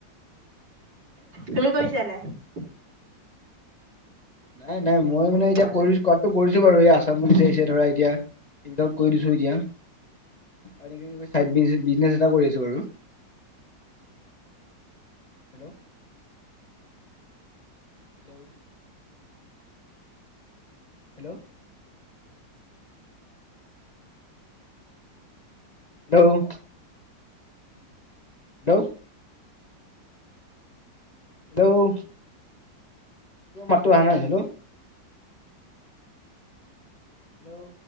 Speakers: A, on the right; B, on the left.
A: তুমি কৰিছা নে নাই?
B: নাই নাই মই মানে এতিয়া
A: অহ
B: কৰি কৰাতটো কৰি বাৰু এই আছাম পুলিচ আহিছে ধৰা এতিয়া <unintelligible> কৰি দিছো এতিয়া। এনেকৈ চাইদ বিজনেছ এটাও কৰি আছোঁ বাৰু। Hello hello? Hello? Hello? Hello? Hello? তোমাৰ মাতটো অহা নাই হেল্ল'? হেল্ল'?